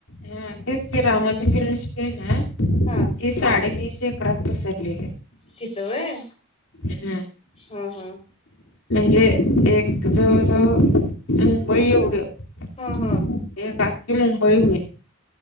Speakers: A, on the left; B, on the left.
A: हा तेच की रामाची फिल्मसिटी आहे ना
B: हा
A: ती साडेतीस एकरात पसरलेली
B: तीथ व्हयं
A: हम्म.
B: हा हा!
A: जे एक जवळ, जवळ मुंबई एवढ एक
B: हा हा
A: आ खि मुंबई होईल